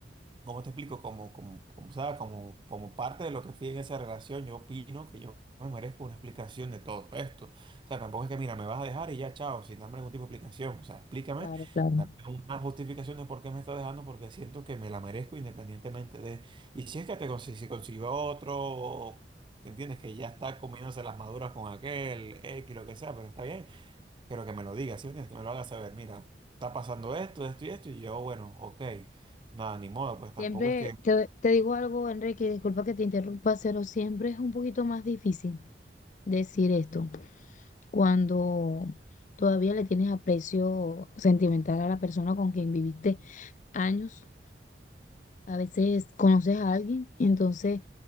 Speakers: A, on the right; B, on the left.
A: ¿Cómo te explico? Como, como, como, sea, como, como parte de lo que fui en esa relación, yo opino que yo me merezco una explicación de todo esto. O sea, tampoco es que, mira, me vas a dejar y ya, chao, sin darme ningún tipo de explicación. O sea, explícame,
B: Claro, claro.
A: dame una justificación de por qué me estás dejando, porque siento que me la merezco independientemente de... Y si es que te consi- si consiguió otro, o- ¿entiendes? Que ya está comiéndose las maduras con aquel, X, lo que sea, pero está bien pero que me lo diga, ¿sí me entiendes? Que me lo haga saber, mira, está pasando esto, esto y esto, y yo, bueno, ok, nada, ni modo, pues tampoco
B: Siempre
A: es que
B: te, te digo algo, Enrique, disculpa que te interrumpa, pero siempre es un poquito más difícil decir esto. cuando todavía le tienes aprecio sentimental a la persona con quien viviste años. A veces conoces a alguien, entonces